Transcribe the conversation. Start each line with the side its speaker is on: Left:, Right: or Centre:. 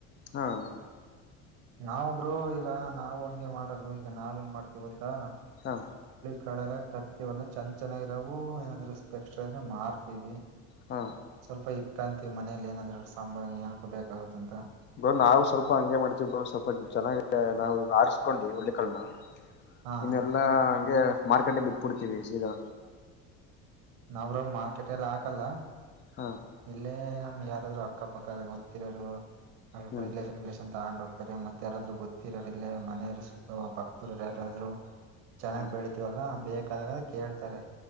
Left: ಹಾಂ
Right: ನಾವ ಬ್ರೋ ಈಗ ನಾವು ಹಂಗೆ ಮಾಡೋದು ಈಗ ನಾವ ನ್ ಮಾಡ್ತಿ ಗೊತ್ತಾ
Left: ಹಾ
Right: ಕಳೆಲ ತತತಿವಲ್ಲ ಚಂದ ಚೆನ್ನಾಗಿರಾವು ಏನಾದ್ರರು ಸ್ವಲ್ಪ ಎಕ್ಸ್ಟ್ರಾ ಇದ್ರೆ ಮಾರ್ತೀವಿ.
Left: ಹಾ
Right: ಸ್ವಲ್ಪ ಇಟ್ಟಂತೀವಿ ಮನೇಲಿ ಏನಾದ್ರೂ ಸಾಂಬಾರ್ಏಕು ಬೇಕಾಗುತ್ತ ಅಂತ.
Left: ಬ್ರೋ ನಾವು ಸ್ವಲ್ಪ ಹಂಗೆ ಮಾಡ್ತೀವಿ ಬೋ ಸ್ವಲ್ಪ ಚೆನ್ನಾಗ ನಾವು ಆಸ್ಕೊಂಡಿ ಹಳ್ಳಿ ಕನ್ನ
Right: ಹಾ
Left: ಇನ್ನೆಲ್ಲಾ ಹಂಗೆ ಮಾರ್ಕೆಟ್ಗೆ ಬಿಟ್ಬಿಡ್ತೀವಿ ಸೀದಾ
Right: ನಾವರು ಮಾರ್ಕೆಟ್ ಎಲ್ಲ ಹಾಕಲ್ಲ
Left: ಹಾ
Right: ಇಲ್ಲೇ ಯಾರಾದ್ರು ಅಕ್ಕಪಕ್ಕ ಗೊತ್ತಿರೋರು
Left: ಹ್ಮ್
Right: ರಿಲೇಷನ್ ಲೇಷನ್ ತಾಂಡ್ ಹೋಗ್ತಾರೆ ಮತ್ತೆ ಯಾರಾದ್ರು ಗೊತ್ತಿರೋರ್ಲ್ಲ ಮನೆಯರು ಸುತ್ತ ಭಕ್ತರು ಯಾರಾದ್ರು ಚೆನ್ನಾಗ್
Left: ಹಾ
Right: ಬೆಳತಿವಲ್ಲ ಬೇಕಾದಾಗ ಕೇಳ್ತಾರೆ.